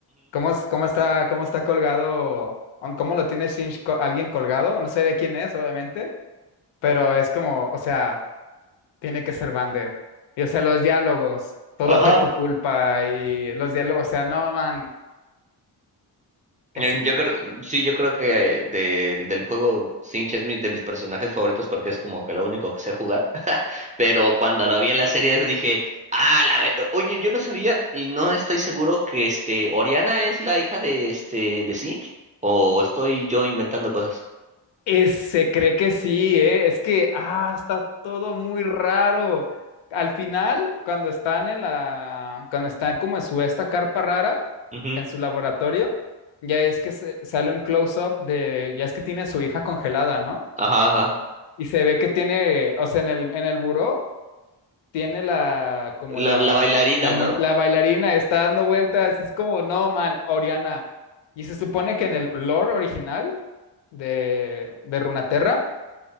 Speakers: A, on the left; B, on the right.
A: cómo, es- cómo está, cómo está colgado, on- cómo lo tiene Shinji, co- alguien colgado, no sé de quién es, obviamente pero es como, o sea, tiene que ser Vander. Y o sea, los diálogos, todo
B: Ujú.
A: fue tu culpa y los diálogos, o sea, no, man, es
B: Eh,
A: cine.
B: Yo creo, sí, yo creo que eh, del del juego Sinch es mi- de mis personajes favoritos porque es como que lo único que sé jugar. <laughs> Pero cuando lo vi en la serie dije, ah, la ve- oye, yo no sabía y no estoy seguro que este Oriana es la hija de este de Sinch o estoy yo inventando cosas.
A: Y se cree que sí, ¿eh? Es que, ah, está todo muy raro. Al final, cuando están en la, cuando están como en su esta carpa rara,
B: Ujú,
A: en su laboratorio, ya es que se- sale un close-up de, ya es que tiene a su hija congelada, ¿no?
B: Ajá, ajá.
A: Y se ve que tiene, o sea, en el, en el buró tiene la, como la,
B: La, la bailarina,
A: la,
B: ¿no?
A: mu- la bailarina está dando vueltas, y es como, no, man, Oriana. Y se supone que en el lore original de, de Runaterra,